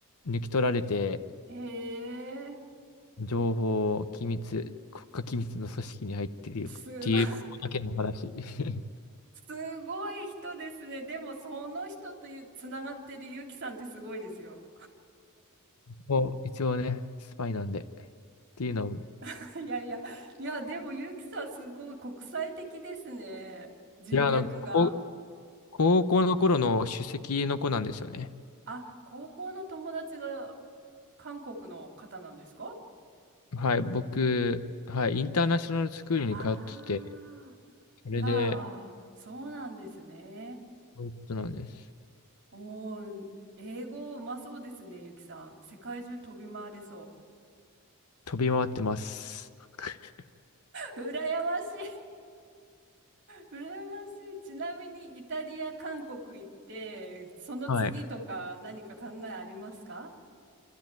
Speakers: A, on the left; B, on the right.
A: 抜き取られて、
B: え
A: 情報機密、国家機密の組織に入ってるっていう、
B: ー、すごい。
A: ここだけの話。<laughs>
B: すごい人ですね。でも、その人というつながってるゆきさんってすごいですよ。
A: もう一応ね、スパイなんで。っていうのを、
B: <laughs> いやいや、いや、でもゆきさんすごい国際的ですね。人脈が。
A: いや、あの、高高校の頃の首席の子なんですよね。
B: あ、高校の友達が韓国の方なんですか
A: はい、僕、はい、インターナショナルスクールに通ってて、
B: ああー、
A: それで、
B: いやー、そうなんですね。
A: そういうことなんです。
B: おー、英語うまそうですね、ゆきさん。世界中飛び回れそ
A: 飛び回ってます。<laughs>
B: う。<laughs> 羨ましい。羨ましい。ちなみにイタリア、韓国行って、その次とか何か考えありますか
A: はい。